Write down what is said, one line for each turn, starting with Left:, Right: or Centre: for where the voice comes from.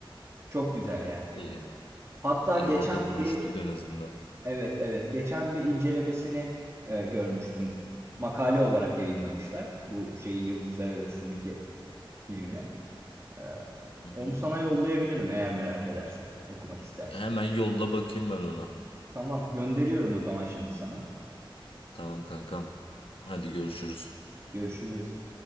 Right: Çok güzel yani.
Left: İyi.
Right: Hatta
Left: İyi
Right: geçen
Left: orada buluştuk
Right: bir
Left: en azından.
Right: evet evet geçen bir incelemesini e, görmüştüm. Makale olarak yayınlamışlar. Bu şeyi Yıldızlar Arasındaki filminin. E,
Left: Hı hı.
Right: onu sana yollayabilirim eğer merak edersen. Okumak istersen.
Left: Hemen yolla bakayım ben ona.
Right: Tamam gönderiyorum o zaman şimdi sana.
Left: Tamam kankam. Hadi görüşürüz.
Right: Görüşürüz.